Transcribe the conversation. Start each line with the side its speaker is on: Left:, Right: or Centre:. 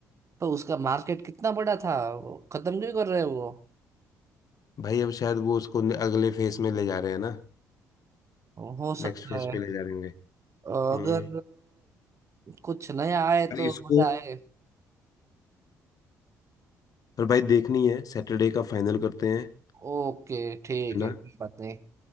Right: तो उसका मार्केट कितना बड़ा था वो खत्म क्यों कर रहे हैं वो
Left: भाई अब शायद वो उसको न- अगले फेस में ले जा रहे हैं ना
Right: हो सकता
Left: नेक्स्ट फेस
Right: है
Left: पे ले जा रहे होंगे
Right: अगर
Left: हम्म
Right: अ, कुछ नया आए
Left: पर
Right: तो
Left: इसको
Right: मजा आए
Left: पर भाई देखनी है सैटरडे का फाइनल करते हैं
Right: ओके ठीक
Left: है ना
Right: है कोई बात नहीं